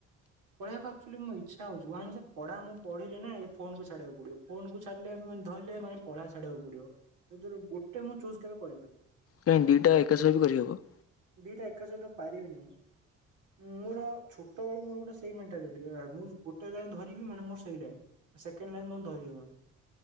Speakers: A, on the right; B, on the left.
A: ପଢିବାକୁ ଆକ୍ଚୁଆଲି ମୋର ଇଛା ହଉଛି। ୱାନସ ଏ ପଢା ମୁଁ ପଢିଲେ ନା ଏ ଫୋନ କୁ ଛାଡିବାକୁ ପଡିବ। ଫୋନ କୁ ଛାଡିଲେ ମୁଁ ଧଇଲେ ମାନେ ପଢା ଛାଡିବାକୁ ପଡିବ। ଏଥରୁ ଗୋଟେ ମୁଁ ଚୁଜ କେବେ କରିପାରୁନି।
B: କାଇଁ ଦିଟା ଏକା ସହ ବି କରିହବ।
A: ଦିଟା ଏକା ସହିତ ପାରିବିନି ମୁଁ। ମୋର ଛୋଟବେଳୁ ମୋର ଗୋଟେ ସେଇ ମେଣ୍ଟାଲିଟି, ମୁଁ ଗୋଟେ ଲାଇନ ଧରିବି ମାନେ ମୋର ସେଇ ଲାଇନ। ସେକେଣ୍ଡ ଲାଇନ ନ ହେଲେ ଧରି ହବନି।